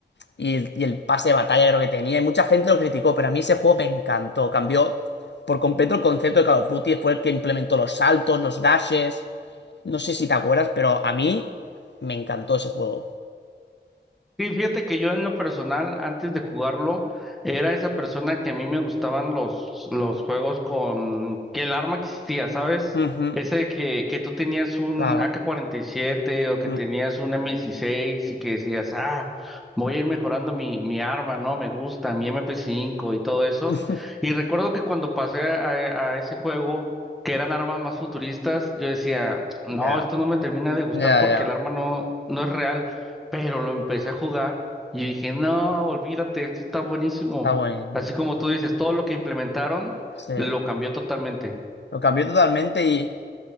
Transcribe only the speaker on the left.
Y el, y el pase de batalla creo que tenía. Y mucha gente lo criticó, pero a mí ese juego me encantó. Cambió por completo el concepto de Call of Duty. Fue el que implementó los saltos, los dashes. No sé si te acuerdas, pero a mí me encantó ese juego.
Ujú,
claro.
Mm.
<laughs>
Ya,
ya,
ya.
Está buenísimo.
Sí.
Lo cambió totalmente y